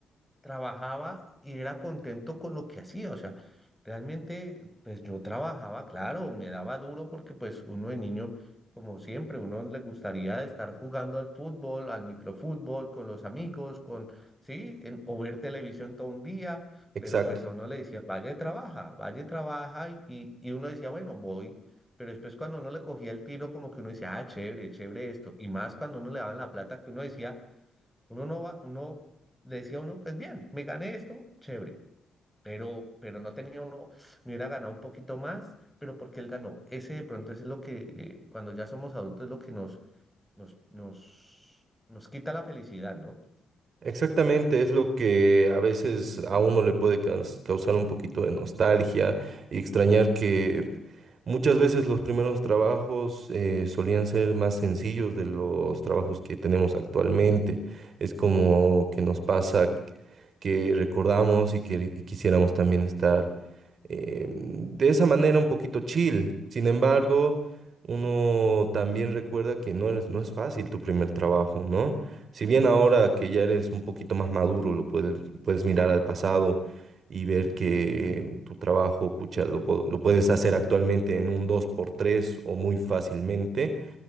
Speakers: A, in the centre; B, on the right (about 55°).
A: trabajaba y era contento con lo que hacía. O sea, realmente, pues yo trabajaba, claro, me daba duro porque pues uno de niño, como siempre, uno le gustaría estar jugando al fútbol, al microfútbol, con los amigos, con, sí, en- o ver televisión todo un día,
B: Exacto,
A: pero pues a uno le decía, vaya y trabaja, vaya y trabaja y, y y uno decía, bueno, voy. Pero después cuando uno le cogía el tiro, como que uno decía, ah, chévere, chévere esto. Y más cuando uno le daban la plata que uno decía, uno no va, uno le decía a uno, pues bien, me gané esto, chévere, pero, pero no tenía uno, me hubiera ganado un poquito más, pero porque él ganó. Ese de pronto es lo que, eh, cuando ya somos adultos, es lo que nos, nos, nos, nos quita la felicidad, ¿no?
B: exactamente, es lo que a veces a uno le puede caus- causar un poquito de nostalgia y extrañar que Muchas veces los primeros trabajos eh, solían ser más sencillos de los trabajos que tenemos actualmente. Es como que nos pasa que recordamos y que y quisiéramos también estar eh, de esa manera un poquito chill. Sin embargo, uno también recuerda que no es, no es fácil tu primer trabajo, ¿no? Si bien ahora que ya eres un poquito más maduro, lo puedes, puedes mirar al pasado y ver que tu trabajo, pucha, lo, po- lo puedes hacer actualmente en un dos por tres o muy fácilmente